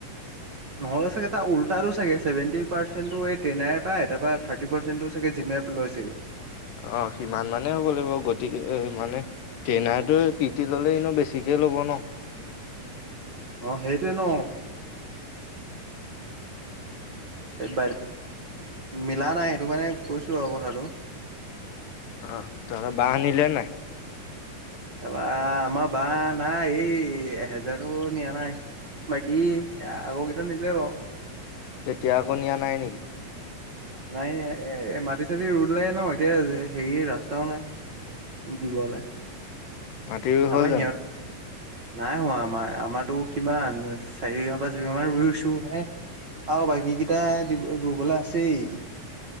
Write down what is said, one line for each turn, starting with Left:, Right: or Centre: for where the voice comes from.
Right: নহলে চাগে তাৰ উল্টাতো চাগে চেভেন্টি পাৰ্চেণ্টো এই ট্ৰেইনাৰে পাই, তাপা থাৰ্টি পা- চেনটো চাগে জিমে লয় চাগে?
Left: অঁ সিমান মানে হ'ব লাগিব। গতিকে মানে- ট্ৰেইনাৰটো পি টি ল'লে, এনেও বেছিকেই ল'ব ন।
Right: অঁ সেইটোয়ে ন। বাইদেউ, মিলা নাই সেইটো কাৰনে কৈছোঁ আৰু কথাটো।
Left: অঁ তহঁত বাঁহ আনিলে নাই?
Right: তাপা আমাৰ বাঁহ নাই। এই এহেজাৰো নিয়া নাই। বাকী এ আগৰ গীতা নিলে বাৰু।
Left: এতিয়া আকৌ নিয়া নাই নেকি?
Right: নাই নাই এই মাটি চাটি ৰুলে ন, এতিয়া হেৰি ৰাস্তাও নাই। দিবলে,
Left: মাটি ৰুই
Right: তাৰপা
Left: হ'ল জানো
Right: সিহৰ নাই হোৱা, আমাৰ আমাৰটো কিমান চাৰি বিঘা পাঁচ বিঘা মান ৰুইছোঁহে। আৰু বাকীকেইটা দি, ৰুবলৈ আছেই।